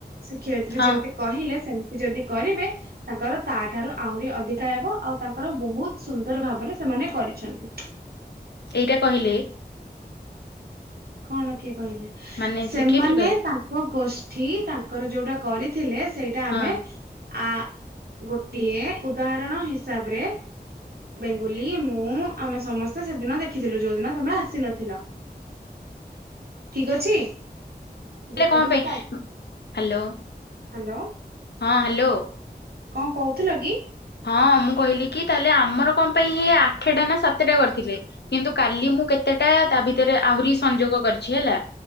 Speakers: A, on the right; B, on the left.
A: ଶିକ୍ଷୟିତ୍ରୀ
B: ହଁ
A: ଯେମତି କହିଲେ ସେମତି ଯଦି କରିବେ ତାଙ୍କର ତା ଠାରୁ ଆହୁରି ଅଧିକା ହେବ ଆଉ ତାଙ୍କର ବହୁତ ସୁନ୍ଦର ଭାବରେ ସେମାନେ କରିଛନ୍ତି।
B: ଏଇଟା କହିଲେ
A: କଣ କିଏ କହିଲେ
B: ମାନେ
A: ସେମାନେ
B: ଶିକ୍ଷୟିତ୍ରୀ କହିଲେ
A: ତାଙ୍କ ଗୋଷ୍ଠୀ ତାଙ୍କର ଯୋଉଟା କରିଥିଲେ। ସେଇଟା
B: ହଁ
A: ଆମେ ଆ ଗୋଟିଏ ଉଦାହରଣ ହିସାବରେ ବେଙ୍ଗୁଲି ମୁଁ ଆମେ ସମସ୍ତେ ସେଦିନ ଦେଖିଥିଲୁ ଯୋଉଦିନ ତମେ ଆସିନଥିଲ। ଠିକ ଅଛି
B: ହେଲେ
A: ଯେପରିକି
B: କଣ ପାଇଁ
A: କାଲି
B: ହ୍ୟାଲୋ
A: ହାଲୋ
B: ହଁ ହାଲୋ।
A: କଣ କହୁଥିଲ କି?
B: ହଁ ମୁଁ କହିଲି କି ତାହେଲେ ଆମର କଣ ପାଇଁ ହିଏ ଆଠଟା ନା ସାତଟା କରିଥିଲେ? କିନ୍ତୁ କାଲି ମୁଁ କେତେଟା ତା ଭିତରେ ଆହୁରି ସଂଯୋଗ କରିଛି ହେଲା।